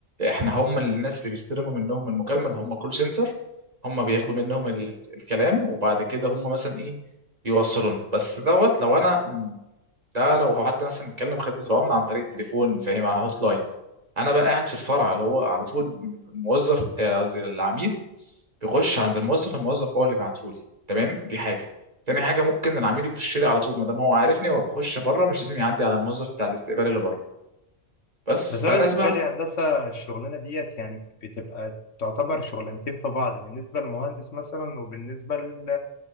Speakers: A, on the right; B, on the left.
A: احنا هم الناس اللي بيستلموا منهم المكالمه اللي هم كول سنتر هم بياخدوا منهم ال- الكلام وبعد كده هم مثلا ايه بيوصلونا بس دوت لو انا ده لو حد مثلا اتكلم خدمه العملاء عن طريق التليفون فاهم على الهوت لاين انا بقى قاعد في الفرع اللي هو على طول الموظف آه، العميل بيخش عند الموظف الموظف هو اللي بيبعتهولي تمام دي حاجه تاني حاجه ممكن العميل يخش لي على طول ما دام هو عارفني هو بيخش بره مش لازم يعدي على الموظف بتاع الاستقبال اللي بره بس
B: بس
A: فناس
B: انا بالنسبه
A: بقى
B: لي هندسه الشغلانه ديت يعني بتبقى تعتبر شغلانتين في بعض بالنسبه للمهندس مثلا وبالنسبه ل...